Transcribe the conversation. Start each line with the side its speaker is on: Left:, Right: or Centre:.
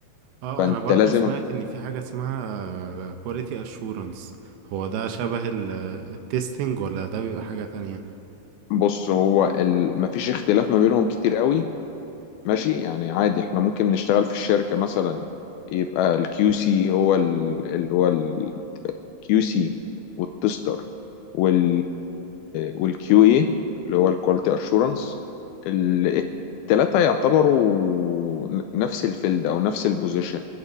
Right: اه
Left: فانت
Right: انا برضو
Left: لازم
Right: سمعت ان في حاجة اسمها كواليتي اشورنس هو ده شبه التستنج ولا ده بيبقى حاجة تانية
Left: بص هو ال- مفيش اختلاف ما بينهم كتير قوي ماشي يعني عادي احنا ممكن نشتغل في الشركه مثلا يبقى الكيو سي هو ال- اللي هو والكيو سي والتستر وال والكيو اي اللي هو الكواليتي اشورنس التلاتة يعتبروا ن- نفس الفيلد او نفس البوزيشن